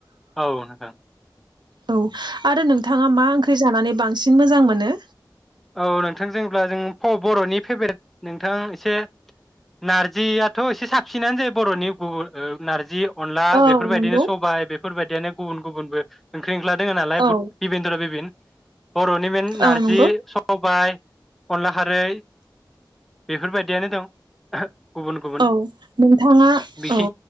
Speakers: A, in the centre; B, on the right.
A: औ नोंथां।
B: औ आरो नोंथाङा मा ओं जानानै बांसिन मोजां मोनो?
A: औ नोंथां जोंब्ला जों बर'नि फेभरेट नोंथां एसे नारजियाथ' एसे साबसिनानो जायो बर'नि गुबु ओ नारजि अनला
B: औ
A: बेफोरबायदिनो
B: नंगौ
A: सबाय बेफोरबायदियानो गुबुन गुबुनबो ओंख्रि ओंख्ला दोङो नालाय
B: औ
A: बिबिनद्रा बिबिन बर'नि मेन नारजि
B: औ नंगौ
A: स बाय अनला खारै बेफोरबायदियानो दं। गुबुन गुबुन
B: औ नोंथाङा
A: बिखि
B: औ।